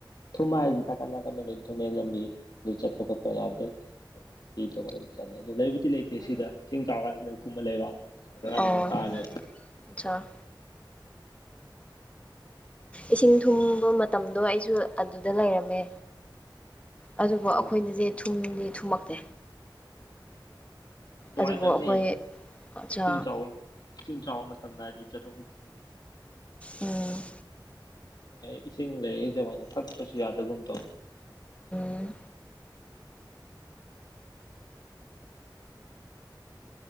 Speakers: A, on the left; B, on the left.
A: ꯊꯨꯃ ꯍꯥꯏꯁꯤ ꯇ ꯀꯅꯥ ꯀꯅ ꯂꯩ ꯊꯨꯝꯃꯦ ꯂꯝꯕꯤ ꯅꯅꯤꯆꯠ ꯄꯠꯄ ꯌꯥꯗꯦ ꯐ ꯇꯣꯡꯑꯒ ꯑꯗꯨꯝ ꯆꯠꯂꯦ ꯑꯗꯨ ꯂꯩꯕꯨꯗꯤ ꯂꯩꯇꯦ ꯁꯤꯗ ꯏꯁꯤꯡ ꯆꯥꯀꯥꯟꯁꯤꯗ ꯀꯨꯝꯕ ꯂꯩꯕ ꯁꯅꯨ
B: ꯑꯣ
A: ꯀꯥꯂ
B: ꯑꯠꯆꯥ ꯏꯁꯤꯡ ꯊꯨꯝꯕ ꯃꯇꯝꯗꯣ ꯑꯩꯁꯨ ꯑꯗꯨꯗ ꯂꯩꯔꯝꯃꯦ ꯑꯗꯨꯕꯨ
A: ꯑꯣ
B: ꯑꯩꯈꯣꯏꯅꯁꯦ ꯊꯨꯝꯗꯤꯦ ꯊꯨꯝꯃꯛꯇꯦ
A: ꯅꯨꯡꯉꯥꯏꯇꯕꯅꯦ
B: ꯑꯗꯨꯕꯨ ꯑꯩꯈꯣꯏ ꯑꯠꯆꯥ
A: ꯏꯁꯤꯡ ꯆꯥꯎ ꯏꯁꯤꯡ ꯆꯥꯎ ꯝꯅꯗꯤ ꯆ ꯆꯣꯤꯁ
B: ꯎꯝ
A: ꯏꯁꯤꯡ ꯂꯩ ꯏꯁꯤꯡ ꯂꯩꯌꯦꯁꯦ ꯋꯥꯉ ꯀꯠꯄꯁꯨ ꯌꯥꯗꯒꯨꯝ ꯇꯧ
B: ꯎ